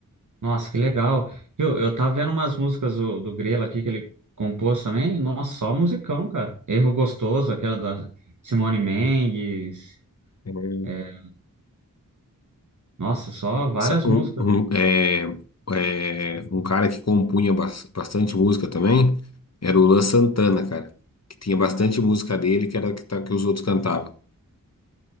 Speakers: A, on the right; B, on the left.
A: Nossa, que legal. Viu, eu tava vendo umas músicas do, do Grelo aqui que ele compôs também. Nossa, só musicão, cara. Erro Gostoso, aquela da Simone Mendes.
B: É,
A: É, Nossa, só várias
B: sa- Um,
A: músicas.
B: um, é, é, um cara que compunha bas- bastante música também era o Luan Santana, cara. Que tinha bastante música dele que era que, tá- que os outros cantavam.